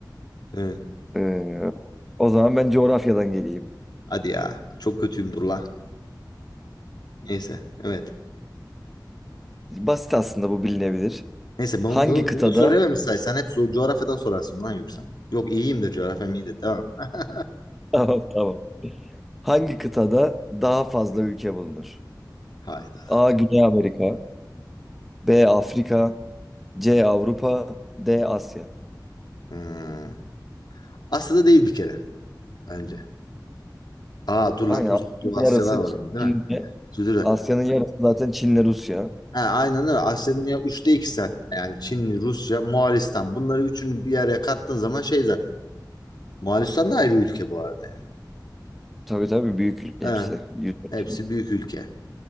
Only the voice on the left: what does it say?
Evet.
Hadi ya. Çok kötüyüm dur la. Neyse. Evet.
Neyse bunu,
bunu,
bunu söylememişsen
sen hep zo- coğrafyadan sorarsın lan yoksa. Yok iyiyimdir coğrafyam iyidir. Tamam. <laughs>
Hayda.
Hmm. Asya'da değil bir kere bence. Aa dur
lan
Uzak Doğu Asyalar
var ama değil
mi? Dur, dur, dur.
Ha, aynen öyle. Asya'nın ya üçte 2'si hatta. Yani Çinli, Rusya, Moğolistan. Bunları üçünü bir araya kattığın zaman şey zaten. Moğolistan da ayrı ülke bu arada yani.
Ha,
hepsi büyük ülke.